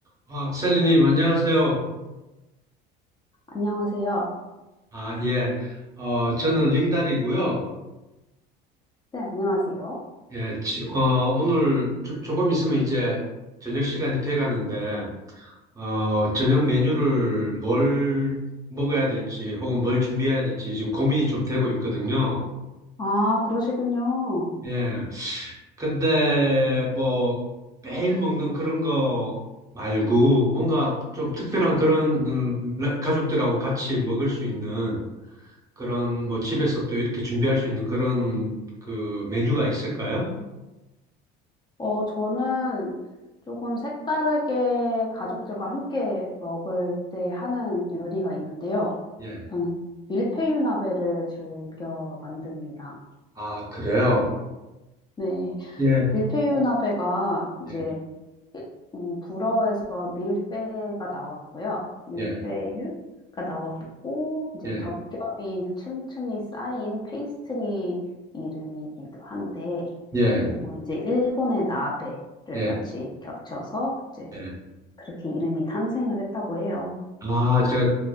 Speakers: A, on the right (about 15°); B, on the left (about 20°).
A: 아, 셀리님, 안녕하세요.
B: 안녕하세요.
A: 아, 예. 어, 저는 링달이고요.
B: 네, 안녕하세요.
A: 예, 지- 어, 오늘 조, 금 있으면 이제 저녁 시간이 돼 가는데, 어, 저녁 메뉴를 뭘 먹어야 될지 혹은 뭘 준비해야 될지 지금 고민이 좀 되고 있거든요.
B: 아, 그러시군요.
A: 예. 근데 뭐 매일 먹는 그런 거 말고 뭔가 좀 특별한 그런 음, 가족들하고 같이 먹을 수 있는 그런 뭐 집에서 또 이렇게 준비할 수 있는 그런 그 메뉴가 있을까요?
B: 어, 저는 조금 색다르게 가족들과 함께 먹을 때 하는 요리가 있는데요.
A: 예.
B: 저는 밀푀유 나베를 즐겨 만듭니다.
A: 아, 그래요?
B: 네,
A: 예.
B: 밀푀유 나베가 이제
A: 예.
B: 일- 음, 불어에서 밀페가 나왔고요. 밀페유가
A: 예.
B: 나왔고, 이제
A: 예.
B: 겹겹이 층층이 쌓인 페이스트리 이름이기도 한데,
A: 예.
B: 그리고 이제 일본의 나베를
A: 예.
B: 같이 겹쳐서 이제
A: 예.
B: 그렇게 이름이 탄생을 했다고 해요.
A: 아, 제가